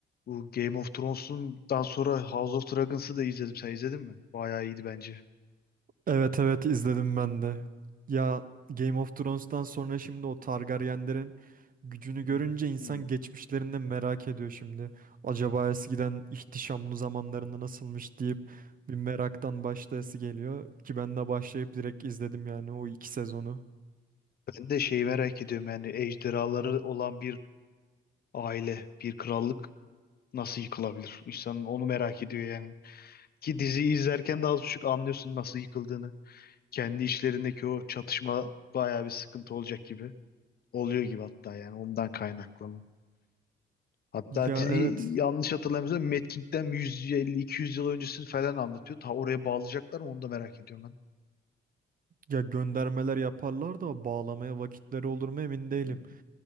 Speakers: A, on the left (about 50°); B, on the right (about 45°).
A: Bu Game of Thrones'undan sonra House of Dragons'ı da izledim. Sen izledin mi? Bayağı iyiydi bence.
B: Evet evet izledim ben de. Ya Game of Thrones'tan sonra şimdi o Targaryenlerin gücünü görünce
A: Hı hı.
B: insan
A: Hı.
B: geçmişlerinde merak ediyor şimdi. Acaba eskiden ihtişamlı zamanlarında nasılmış deyip bir meraktan başlayası geliyor ki ben de başlayıp direkt izledim yani o iki sezonu.
A: Ben de şeyi merak ediyorum yani ejderhaları olan bir aile, bir krallık nasıl yıkılabilir? İnsan onu merak ediyor yani. Ki diziyi izlerken de az buçuk anlıyorsun nasıl yıkıldığını. Kendi içlerindeki o çatışma bayağı bir sıkıntı olacak gibi. Oluyor gibi hatta yani ondan kaynaklı. Hatta
B: Ya
A: dizi
B: evet
A: yanlış hatırlamıyorsam Mad King'den 150-200 yıl öncesini falan anlatıyor. Ta oraya bağlayacaklar mı onu da merak ediyorum
B: ya göndermeler yaparlar da bağlamaya vakitleri olur mu emin değilim.
A: ben.